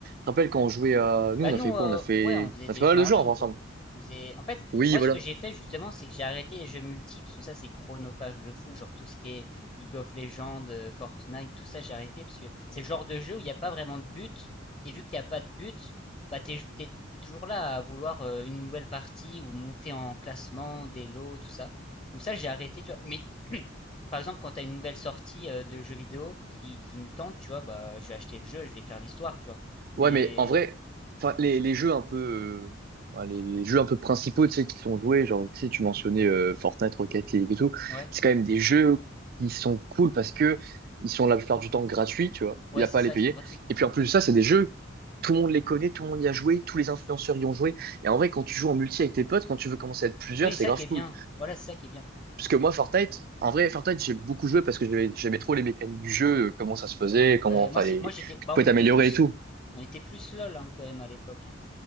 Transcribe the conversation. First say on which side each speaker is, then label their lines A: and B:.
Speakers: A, on the right; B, on the left.
A: te rappelles quand on jouait à, nous,
B: Bah
A: on
B: nous,
A: a fait quoi?
B: euh,
A: On a fait,
B: ouais, on faisait
A: on
B: des
A: a fait pas
B: jeux
A: mal
B: en
A: de jeux
B: ligne,
A: ensemble.
B: quoi. On faisait... En fait,
A: Oui,
B: moi,
A: voilà.
B: ce que j'ai fait, justement, c'est que j'ai arrêté les jeux multi, parce que ça, c'est chronophage de fou, genre tout ce qui est League of Legends, euh, Fortnite, tout ça, j'ai arrêté, parce que c'est le genre de jeu où il n'y a pas vraiment de but, et vu qu'il n'y a pas de but, bah t'es, t'es, t'es toujours là à vouloir euh, une nouvelle partie, ou monter en classement, des lots, tout ça. Donc ça, j'ai arrêté, tu vois. Mais, <clears throat> par exemple, quand t'as une nouvelle sortie euh, de jeux vidéo qui, qui me tente, tu vois, bah je vais acheter le jeu, je vais faire l'histoire, tu vois. Mais...
A: Ouais, mais en vrai, enfin, les, les jeux un peu, euh, enfin, les, les jeux un peu principaux, tu sais, qui sont joués, genre, tu sais, tu mentionnais euh, Fortnite, Rocket League et tout,
B: ouais
A: c'est quand même des jeux qui sont cool parce que ils sont la plupart du temps gratuits, tu vois,
B: Ouais,
A: il n'y a
B: c'est
A: pas
B: ça,
A: à les payer.
B: ils sont gratuits.
A: Et puis en plus de ça, c'est des jeux, tout le monde les connaît, tout le monde y a joué, tous les influenceurs y ont joué. Et en vrai, quand tu joues en multi avec tes potes, quand tu veux commencer à être plusieurs,
B: Oui,
A: c'est
B: c'est
A: grave
B: ça qui est bien.
A: cool.
B: Voilà, c'est ça qui est bien.
A: Parce que moi, Fortnite, en vrai, Fortnite, j'ai beaucoup joué parce que j'aimais j'aimais trop les mécaniques du jeu, euh, comment ça se faisait, comment,
B: Ouais,
A: enfin,
B: moi c'est
A: les,
B: moi j'étais
A: faut
B: bah
A: pouvais
B: on
A: t'améliorer
B: était plus
A: et tout.
B: on était plus LOL hein, quand même à l'époque. hein.